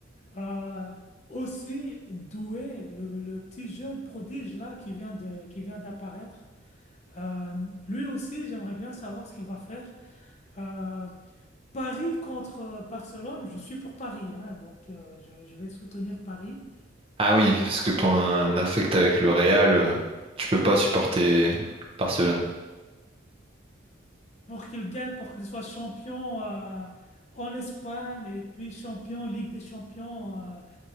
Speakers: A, on the left (about 35°); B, on the right (about 30°).
A: Euh, aussi doué, le, le petit jeune prodige, là, qui vient de, qui vient d'apparaître. Euh, lui aussi, j'aimerais bien savoir ce qu'il va faire. Euh, Paris contre euh, Barcelone, je suis pour Paris, hein, donc euh, je, je vais soutenir Paris.
B: Ah oui, parce que ton euh, affect avec le Real, euh, tu peux pas supporter Barcelone.
A: pour qu'il gagne, pour qu'il soit champion euh, en Espagne et puis champion Ligue des Champions, euh,